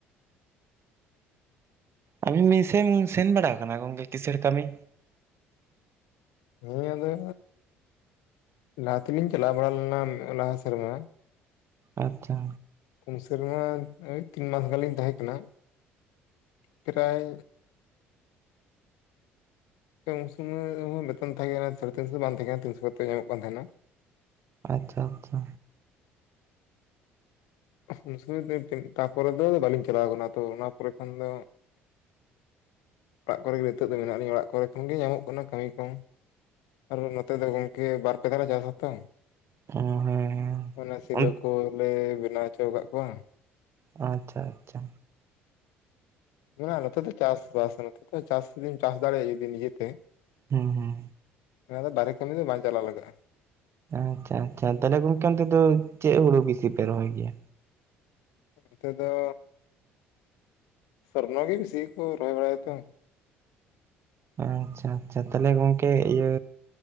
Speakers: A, on the right; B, on the left.
A: ᱟᱢᱤᱱ ᱢᱮᱥᱮᱢ ᱥᱮᱱ ᱵᱟᱲᱟ ᱟᱠᱟᱱᱟ ᱜᱚᱝᱠᱮ ᱠᱤᱥᱟᱹᱬ ᱠᱟᱹᱢᱤ?
B: ᱦᱮᱸ ᱟᱫᱚᱼᱼ ᱞᱟᱦᱟ ᱛᱮᱞᱤᱧ ᱪᱟᱞᱟᱣ ᱵᱟᱲᱟ ᱞᱮᱱᱟ ᱞᱟᱦᱟ ᱥᱮᱨᱢᱟ᱾
A: ᱟᱪᱪᱷᱟ᱾
B: ᱯᱩᱱ ᱥᱮᱨᱢᱟ ᱳᱭ ᱛᱤᱱ ᱢᱟᱥ ᱜᱟᱱᱞᱤᱧ ᱛᱟᱦᱮᱸ ᱠᱟᱱᱟ ᱯᱨᱟᱭ᱾ ᱩᱱ ᱥᱩᱢᱟᱹᱭ ᱦᱚᱸ ᱵᱮᱛᱚᱱ ᱛᱟᱦᱮᱸ ᱠᱟᱱᱟ ᱥᱟᱲᱮ ᱛᱤᱱ ᱥᱚ ᱫᱚ ᱵᱟᱝ ᱛᱟᱦᱮᱸ ᱠᱟᱱᱟ ᱛᱤᱱᱥᱚ ᱠᱟᱛᱮᱜ ᱜᱮ ᱧᱟᱢᱚᱜ ᱠᱟᱱ ᱛᱟᱦᱮᱸᱱᱟ᱾
A: ᱟᱪᱪᱷᱟ-ᱟᱪᱪᱷᱟ᱾
B: ᱩᱱ ᱥᱚᱢᱚᱭ ᱫᱚ ᱤᱱᱠᱟᱹ ᱛᱟᱨᱯᱚᱨᱮ ᱫᱚ ᱵᱟᱹᱞᱤᱧ ᱪᱟᱞᱟᱣ ᱟᱠᱟᱱᱟ ᱛᱚ ᱚᱱᱟ ᱯᱚᱨᱮ ᱠᱷᱚᱱ ᱫᱚ᱾ ᱚᱲᱟᱜ ᱠᱚᱨᱮ ᱜᱮ ᱱᱤᱛᱚᱜ ᱫᱚ ᱢᱮᱱᱟᱜ ᱞᱤᱧᱟ ᱚᱲᱟᱜ ᱠᱚᱨᱮ ᱠᱷᱚᱱ ᱜᱮ ᱧᱟᱢᱚᱜ ᱠᱟᱱᱟ ᱠᱟᱹᱢᱤ ᱠᱚ᱾ ᱟᱨ ᱱᱚᱛᱮ ᱫᱚ ᱜᱚᱝᱠᱮ ᱵᱟᱨ ᱯᱮ ᱫᱷᱟᱶ ᱞᱮ ᱪᱟᱥ ᱟᱛᱚ᱾
A: ᱚ ᱦᱮᱸ᱾
B: ᱚᱱᱟ ᱥᱤᱞᱟᱹ
A: ᱚᱱ
B: ᱠᱚᱻᱞᱮᱻ ᱵᱮᱱᱟᱣ ᱦᱚᱪᱚ ᱟᱠᱟᱫᱽ ᱠᱚᱣᱟ᱾
A: ᱟᱪᱪᱷᱟ-ᱟᱪᱪᱷᱟ᱾
B: ᱚᱱᱟ ᱱᱚᱛᱮ ᱫᱚ ᱪᱟᱥᱵᱟᱥ ᱱᱚᱛᱮ ᱫᱚ ᱪᱟᱥ ᱡᱩᱫᱤᱢ ᱪᱟᱥ ᱫᱟᱲᱮᱭᱟᱜᱼᱟ ᱱᱤᱡᱮᱛᱮ᱾
A: ᱦᱮᱸ-ᱦᱮᱸ᱾
B: ᱦᱮᱸ ᱟᱫᱚ ᱵᱟᱨᱦᱮ ᱠᱟᱹᱢᱤ ᱫᱚ ᱵᱟᱝ ᱪᱟᱞᱟᱣ ᱞᱟᱜᱟᱜᱼᱟ᱾
A: ᱟᱪᱪᱷᱟ-ᱟᱪᱪᱷᱟ ᱛᱟᱦᱚᱞᱮ ᱜᱚᱝᱠᱮ ᱚᱱᱛᱮ ᱫᱚ ᱪᱮᱫ ᱦᱩᱲᱩ ᱵᱮᱥᱤ ᱯᱮ ᱨᱚᱦᱚᱭ ᱜᱮᱭᱟ᱾
B: ᱱᱚᱛᱮ ᱫᱚ ᱥᱚᱨᱱᱚ ᱜᱮ ᱵᱤᱥᱤ ᱠᱚ ᱨᱚᱦᱚᱭ ᱵᱟᱲᱟᱭᱟ ᱛᱚ᱾
A: ᱟᱪᱪᱷᱟ-ᱟᱪᱪᱷᱟ ᱛᱟᱦᱚᱞᱮ ᱜᱚᱝᱠᱮ ᱤᱭᱟᱹ